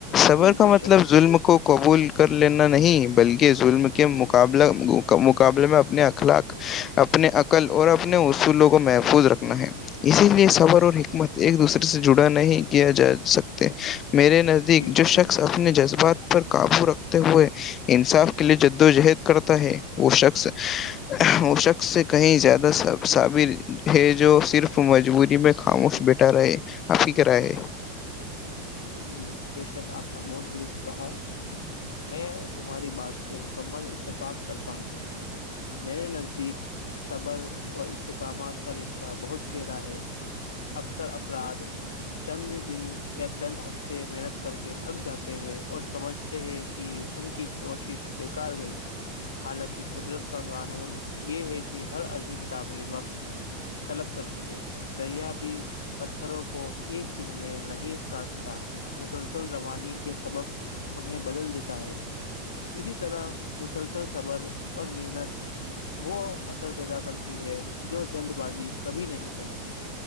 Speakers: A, on the left; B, on the left.
A: صبر
B: جی
A: کا
B: بے
A: مطلب
B: شک
A: ظلم کو قبول کر لینا نہیں بلکہ ظلم کے مقابلہ گ مقابلے میں اپنے اخلاق اپنے عقل اور اپنے اصولوں کو محفوظ رکھنا ہے اسی لیے صبر اور حکمت ایک دوسرے سے جڑا نہیں کیا جا سکتے میرے ن
B: جی
A: جو شخص
B: جی
A: اپنے جذبات پر قابو رکھتے ہوئے انصاف کے لیے جد وجہد کرتا ہے وہ شخص وہ شخص سے کہیں زیادہ سثابر ہے جو صرف مجبوری میں خاموش بیٹا رہے اور فکرا ہے
B: جی بےشک آپ نے بہت درست کہا میں تمہاری بات سے مکمل اتفاق کرتا ہوں میں نے نزدیک صبر اور استحکامات کا رشتہ بہت گہرا ہے اکثر افراد چند دن چند ہفتے محنت کر کے تھک جاتے ہیں اور سمجھتے ہیں کہ ان کی کوشش بیکار گئی حالانکہ قدرت کا قانون یہ ہے کہ ہر عظیم تعمیر وقت طلب کرتی ہے دریا بھی پتھروں کو ایک دن میں نہیں کاٹتا مسلسل روانی کے سبب انہیں بدل دیتا ہے اسی طرح مسلسل صبر اور محنت وہ اثر پیدا کرتی ہے جو جلد بازی کبھی نہیں کرتی